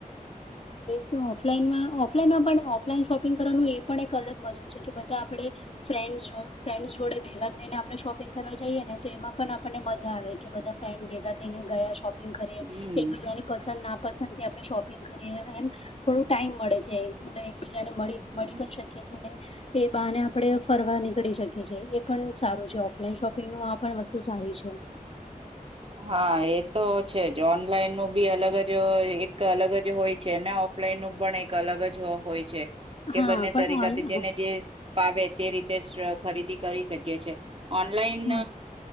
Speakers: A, on the left; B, on the right.
A: તો ઓફલાનમાં ઓફલાઈનમાં પણ ઓફલાઈન શોપ પિંગ કરવાનું એ પણ એક અલગ મજું છે કે બધા આપડણે ફ્રેન્ડ ફ્રેન્સ જોડે ભેગા થઈને આપણે શોપિંગ કરવા જઈએ ને તો એમાં પણ આપણને મજા આવે કે બધા ફ્રેન્ડ ભેગા થઈને ગયા શોપિંગ કરી,
B: હમ
A: એક બીજા પસંદ ના પસંદ થી આપણે શોપિંગ કરીએ એમ, થોડું ટાઈમ મળે છે. મ એકબીજા ને મળી
B: હમ
A: મળી પણ શકીએ છીએ ને. એ બહને આપણે ફરવા નીકળી શકીએ છીએ એ પણ સારું છે ઓફલાઈન શોપિંગનું આ પણ વસ્તુ સારી છે..
B: હા એ તો છે જ ઓનલાઈન નું બી અલગ જ એક અલગ જ હોય છે ને. ફ્લા નું પણ એક અલગ જ હોય છે, કે
A: હા
B: બંને તરીકા
A: પણ ઓન
B: જેને જે ફાવે તે રીતે ખરીદી કરી શકીએ છીએ, ઓનલાઈન
A: હા